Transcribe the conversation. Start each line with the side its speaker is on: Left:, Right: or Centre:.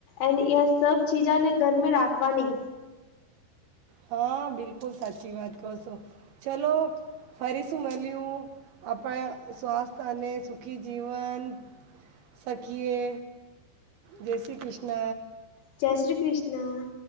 Left: એની અં સબ ચીજાને ઘરમે રાખવાની
Right: હા બિલકુલ સાચી વાત કહો છો ચલો. ફરી શું મળ્યું આપણા સ્વાસ્થ્ય અને સુખી જીવન શખીએ જય શ્રી કૃષ્ણ
Left: જય શ્રી કૃષ્ણ.